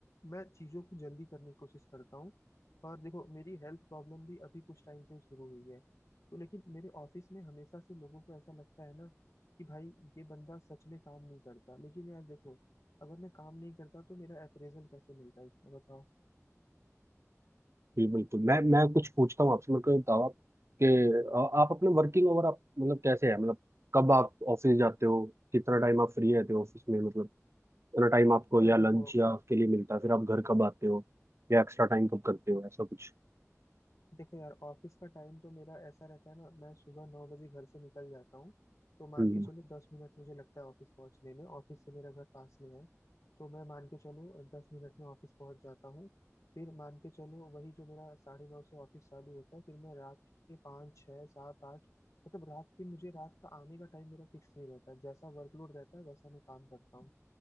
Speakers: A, on the left; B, on the right.
A: मैं चीजों को जल्दी करने की कोशिश करता हूँ और देखो मेरी हेल्थ प्रॉब्लम भी अभी कुछ टाइम से ही शुरू हुई है तो लेकिन मेरे ऑफिस में हमेशा से लोगों को ऐसा लगता है ना कि भाई ये बंदा सच में काम नहीं करता लेकिन यार देखो अगर मैं काम नहीं करता तो मेरा अप्रेजल कैसे मिलता है इतना बताओ
B: जी बिल्कुल मैं मैं कुछ पूछता हूँ आपसे मेरे को ये बताओ आप कि अ, आप अपने वर्किंग आवर आप मतलब कैसे है मतलब कब आप ऑफिस जाते हो कितना टाइम आप फ्री रहते हो ऑफिस में मतलब कितना टाइम आपको
A: यार
B: या
A: देखो
B: लंच या आपके लिए मिलता है फिर आप घर कब आते हो या एक्स्ट्रा टाइम कब करते हो ऐसा कुछ
A: देखो यार ऑफिस का टाइम तो मेरा ऐसा रहता है ना मैं सुबह नौ बजे घर से निकल जाता हूँ तो मान
B: हम्म।
A: के चलो दस मिनट मुझे लगता है ऑफिस पहुँचने में ऑफिस से मेरा घर पास में है तो मैं मान के चलो दस मिनट में ऑफिस पहुँच जाता हूँ फिर मान के चलो वही जो मेरा साढ़े नौ से ऑफिस चालू होता है फिर मैं रात के पाँच छः सात आठ मतलब रात के मुझे रात का आने का टाइम मेरा फिक्स नहीं रहता जैसा वर्कलोड रहता है वैसा मैं काम करता हूँ